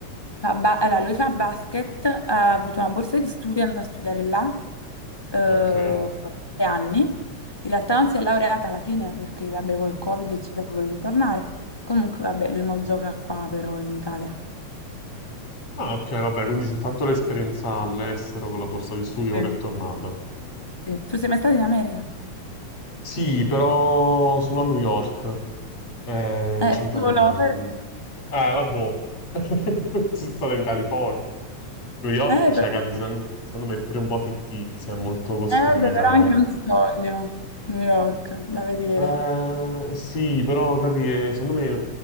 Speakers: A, on the left (about 25°); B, on the left (about 60°).
A: Fa ba- allora, lui fa basket, ha avuto una borsa di studio, è andato a studiare là eh,
B: Ok.
A: tre anni. In realtà non si è laureata alla fine perché, vabbè, col
B: Perché
A: Covid, eccetera,
B: come
A: ha voluto
B: che
A: tornare.
B: ci
A: Comunque, vabbè, lui mo gioca qua però in Italia.
B: Ah, ok, vabbè, quindi si è fatto l'esperienza all'estero con la borsa di studio,
A: Sì.
B: ora è tornato.
A: Sì. Tu sei mai stato in America?
B: Sì, però solo a New York. Eh,
A: Eh,
B: cinque
A: solo
B: anni fa, quindi.
A: per-
B: Ah, vabbè. <laughs> Sono stato in California. New York,
A: Eh,
B: cioè,
A: però...
B: capi, sen- secondo me è pure un po' fittizia, è molto costruita
A: eh, vabbè, però
B: dopo.
A: è anche un sogno, New York, da vedere.
B: Eh, sì, però, capi, eh, secondo me